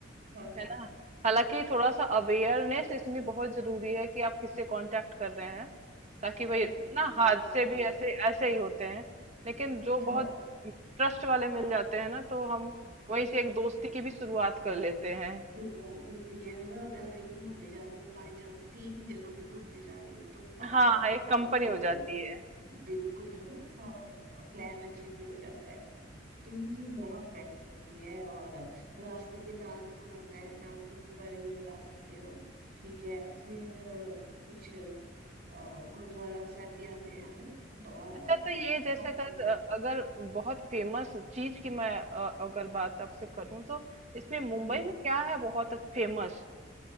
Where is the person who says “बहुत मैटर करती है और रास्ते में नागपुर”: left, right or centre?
Right